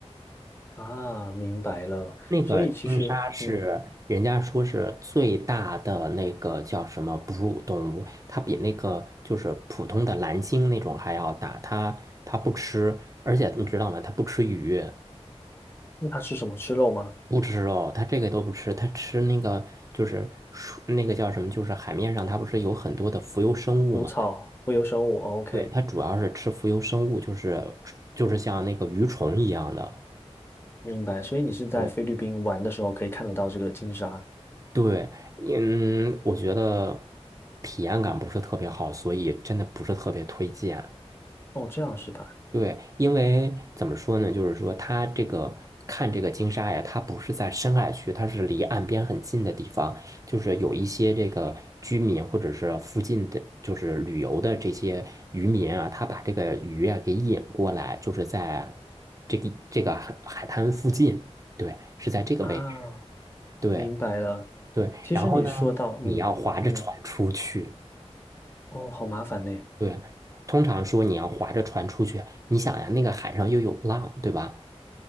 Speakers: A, on the left; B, on the right.
A: 啊，明白了。
B: 那个鲸鲨是人家说是最大的那个叫什么哺乳动物，
A: 所以其实，嗯，
B: 它比那个就是普通的蓝鲸那种还要大，它它不吃，而且你知道吗？它不吃鱼。
A: 那它吃什么？吃肉吗？
B: 不吃肉，他这个都不吃，他吃那个就是蔬那个叫什么，就是海面上它不是有很多的浮游生物嘛？
A: 无草，无有生物。哦 OK，
B: 对，它主要是吃浮游生物，就是就是像那个鱼虫一样的。
A: 明白。所以你是在菲律宾玩的时候可以看得到这个金沙。
B: 对对，嗯，我觉得体验感不是特别好，所以真的不是特别推荐。
A: 哦，这样是吧？
B: 对，因为怎么说呢，就是说它这个看这个金沙呀，它不是在深海区，它是离岸边很近的地方，就是有一些这个居民或者是附近的，就是旅游的这些渔民啊，他把这个鱼啊给引过来，就是在这个这个海海滩附近，对，是在这个位置，
A: 啊，
B: 对
A: 明白了。
B: 对，
A: 其实你说到，
B: 然后呢，你要划着船出去，
A: 嗯嗯，哦，好麻烦呢。
B: 对，通常说你要划着船出去，你想呀，那个海上又有浪，对吧？